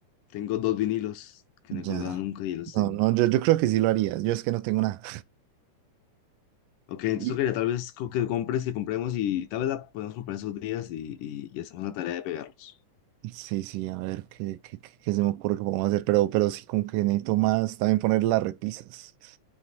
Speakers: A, on the left; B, on the right.
A: tengo dos vinilos que
B: Ya.
A: no he colgado nunca y los tengo.
B: No, no, yo, yo creo que sí lo haría. Yo es que no tengo nada.
A: Ok, entonces
B: <laughs>
A: tocaría tal vez co- que compres, que compremos y tal vez la podemos comprar esos días y, y, y hacemos la tarea de pegarlos.
B: Y, sí, sí, a ver qué, qué, qué- qué se me ocurre que podemos hacer. Pero, pero sí, como que necesito más también poner las repisas.